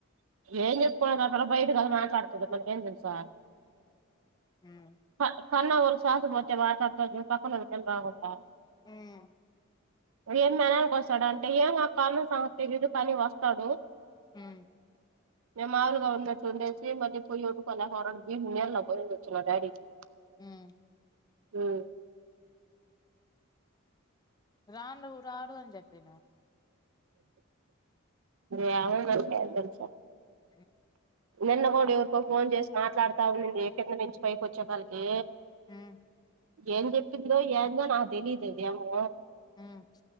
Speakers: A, on the right; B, on the left.
A: ఏం చెప్పుకున్నాదో ఆ పిల్ల బయట కదా మాట్లాడతది మనకేం తెలుసు
B: మ్మ్
A: క కన్నా వాల్ సాకపోతే వా త్తది పక్కన వాళ్లకేం రాగుంట
B: మ్మ్
A: ఏం ననానికి వస్తాడు అంటే ఏమో పని సమస్యలు <unintelligible> కానీ వస్తాడు.
B: హ్మ్
A: నేను మాములుగా ఉండేత్ ఉండేసి ఈ మద్య పోయ్యి ఉండిపోలే కూర వండేసి నీళ్లు పోయ్యొచ్చినా డాడీకి
B: మ్మ్
A: ఉమ్
B: రాను రారు అని జెప్పిన
A: ఏమో మరి ఏం తెల్సా
B: అ
A: నిన్న కూడా ఎవర్కో ఫోన్ చేసి మాట్లాడ్తా ఉనింది కింద నుంచి పైకి వచ్చే కాల్కి
B: మ్మ్
A: ఏం చెప్పిందో ఏందో నా తెలిదు అదేమో
B: ఉమ్